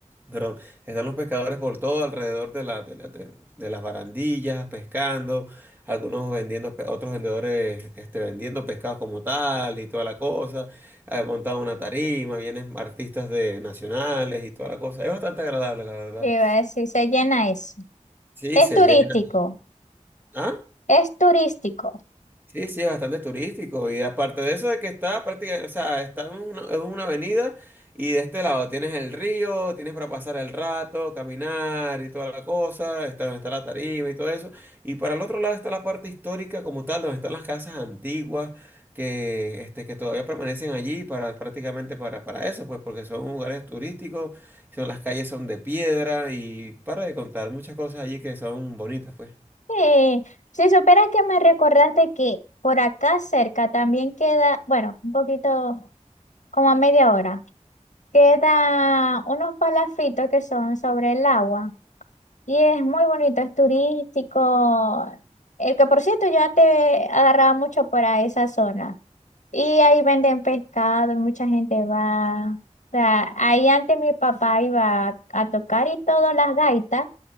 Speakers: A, on the right (about 15°); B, on the left (about 75°).
A: perdón, están los pescadores por todo alrededor de la, de la- de- de las barandillas, pescando, algunos vendiendo, pe- otros vendedores este, vendiendo pescado como tal y toda la cosa, eh, montan una tarima, vienen artistas de nacionales y toda la cosa, es bastante agradable, la verdad.
B: Iba a decir, se llena eso.
A: Sí,
B: Es
A: se
B: turístico.
A: llena. ¿Ah?
B: Es turístico.
A: Sí, sí, es bastante turístico y aparte de eso de que está prácticamente, o sea, está en una, es una avenida y de este lado tienes el río, tienes para pasar el rato, caminar y toda la cosa, está donde está la tarima y todo eso, y para el otro lado está la parte histórica como tal, donde están las casas antiguas que, este, que todavía permanecen allí para prácticamente para, para eso, pues porque son lugares turísticos, son, las calles son de piedra y para de contar muchas cosas allí que son bonitas, pues.
B: Sí. Si supieras que me recordaste que por acá cerca también queda, bueno, un poquito como a media hora. Quedan unos palafitos que son sobre el agua y es muy bonito, es turístico. El que por cierto yo antes agarraba mucho para esa zona y ahí venden pescado y mucha gente va. O sea, ahí antes mi papá iba a tocar y todas las gaitas